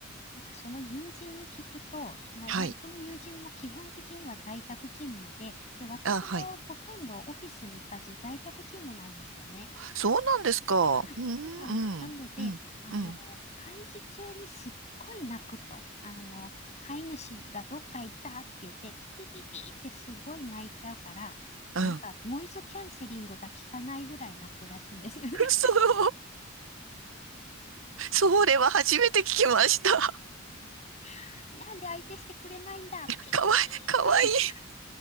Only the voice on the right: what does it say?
はい。
あ、はい。そうなんですか。
うん、
うん、
うん、
うん、
うん。
そう、それは初めて聞きました。
<laughs>
かわいい、かわいい。